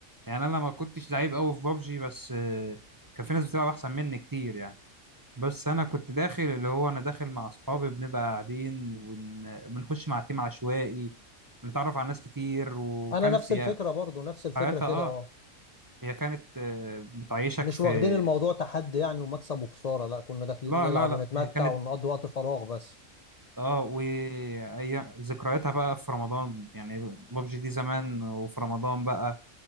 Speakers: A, on the right; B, on the left.
A: يعني انا ما كنتش لعيب قوي في بابجي بس آه، كان في ناس بتلعب احسن مني كتير يعني بس انا كنت داخل اللي هو انا داخل مع اصحابي بنبقى قاعدين وبنخش مع تيم عشوائي بنتعرف على ناس كتير وكانت
B: انا نفس
A: هي
B: الفكرة برضو نفس الفكرة
A: حياتها
B: كده
A: اه
B: اه
A: هي كانت آه، بتعيشك
B: مش
A: في
B: واخدين الموضوع تحدي يعني ومكسب وخسارة لا كنا داخلين
A: لا
B: نلعب
A: لا لا
B: ونتمتع
A: هي كانت
B: ونقضي وقت فراغ بس
A: اه وايام ذكرياتها بقى في رمضان يعني بابجي دي زمان وفي رمضان بقى